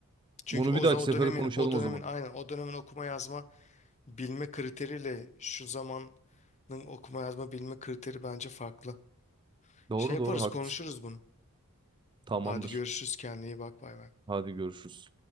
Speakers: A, on the left; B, on the right.
A: Çünkü
B: Bunu
A: o,
B: bir dahaki
A: za- o
B: sefere
A: dönemin
B: konuşalım
A: o dönemin
B: o zaman.
A: aynen o dönemin okuma yazma bilme kriteriyle şu zamanın okuma yazma bilme kriteri bence farklı.
B: Doğru
A: Şey yaparız,
B: doğru haklısın.
A: konuşuruz bunu.
B: Tamamdır.
A: Hadi görüşürüz, kendine iyi bak, bay bay.
B: Hadi görüşürüz.